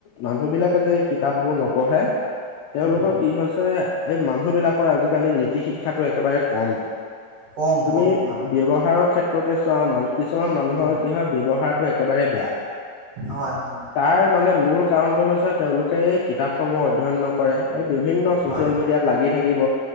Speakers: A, on the left (about 80°); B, on the right (about 55°).
A: মানুহ বিলাকে যে কিতাপবোৰ নপঢ়ে তেওঁলোকৰ
B: উম
A: কি হৈছে এই মানুহ বিলাকৰ আজি আজিকালি নীতি শিক্ষাটো একেবাৰে কম
B: কম
A: তুমি
B: কম হয়
A: ব্যৱহাৰৰ ক্ষেত চা মান কিছুমান মানুহৰ
B: উম
A: কি হয় ব্যৱহাৰটো একেবাৰে বেয়া
B: হয় হয়
A: তাৰ মানে মূল কাৰণটো হৈছে তেওঁলোকে কিতাপসমূহ অধ্যয়ন নকৰে। কৰে এই বিভিন্ন চচিয়েল
B: হয়
A: মিডিয়াত লাগি থাকিব।